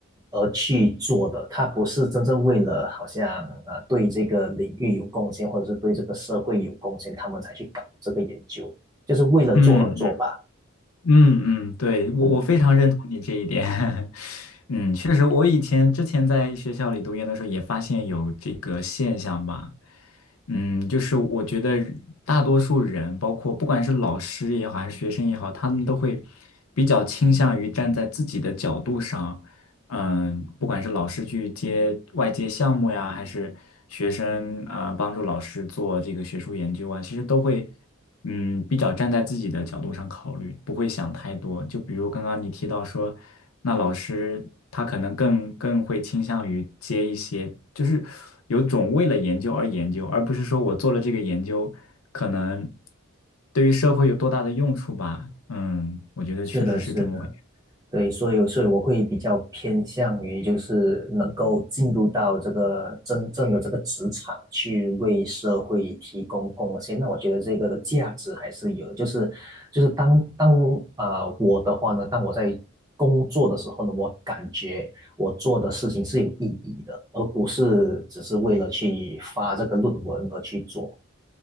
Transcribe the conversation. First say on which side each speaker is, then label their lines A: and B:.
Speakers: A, on the right; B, on the left.
A: 而去做的，他不是真正为了好像啊对这个领域有贡献，或者是对这个社会有贡献，他们才去搞这个研究，就是为了做而做吧。
B: 嗯嗯嗯，对，我我非常认同你这一点。
A: 嗯，
B: <laughs> 嗯，确实，我以前之前在学校里读研的时候也发现有这个现象吧。嗯，就是我觉得大多数人，包括不管是老师也好，还是学生也好，他们都会比较倾向于站在自己的角度上。嗯，不管是老师去接外接项目呀，还是学生啊，呃帮助老师做这个学术研究啊，其实都会。嗯，比较站在自己的角度上考虑，不会想太多。就比如刚刚你提到说，那老师他可能更更会倾向于接一些，就是有种为了研究而研究，而不是说我做了这个研究，可能对于社会有多大的用处吧。嗯，我觉得确实是这么。
A: 是的，是的。
B: 回事。
A: 对，所以所以我会比较偏向于就是能够进入到这个真正的这个职场去为社会提供贡献，那我觉得这个的价值还是有的。就是就是当当啊、呃我的话呢，当我在工作的时候呢，我感觉我做的事情是有意义的，而不是只是为了去发这个论文而去做。